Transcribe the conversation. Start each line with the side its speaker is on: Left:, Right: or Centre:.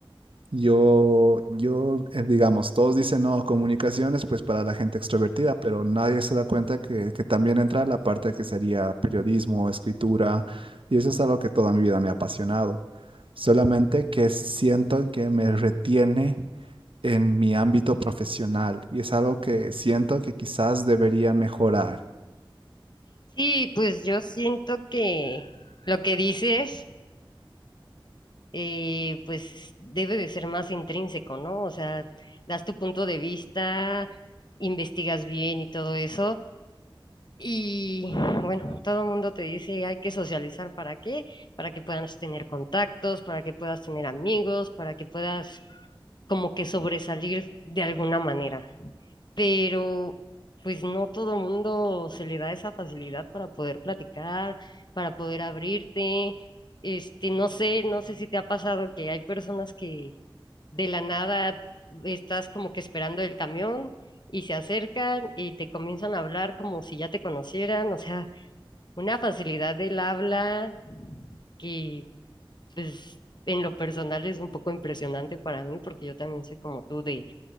Right: Yo, yo, eh, digamos, todos dicen no, comunicaciones, pues para la gente extrovertida, pero nadie se da cuenta que, que también entra la parte que sería periodismo, escritura, y eso es algo que toda mi vida me ha apasionado. Solamente que siento que me retiene en mi ámbito profesional y es algo que siento que quizás debería mejorar.
Left: Sí, pues yo siento que lo que dices eh, pues debe de ser más intrínseco, ¿no? O sea, das tu punto de vista, investigas bien y todo eso. Y bueno, todo el mundo te dice, hay que socializar para qué, para que puedas tener contactos, para que puedas tener amigos, para que puedas como que sobresalir de alguna manera pero pues no todo mundo se le da esa facilidad para poder platicar, para poder abrirte. Este, no sé, no sé si te ha pasado que hay personas que de la nada estás como que esperando el camión y se acercan y te comienzan a hablar como si ya te conocieran, o sea, una facilidad del habla que pues en lo personal es un poco impresionante para mí porque yo también soy como tú de,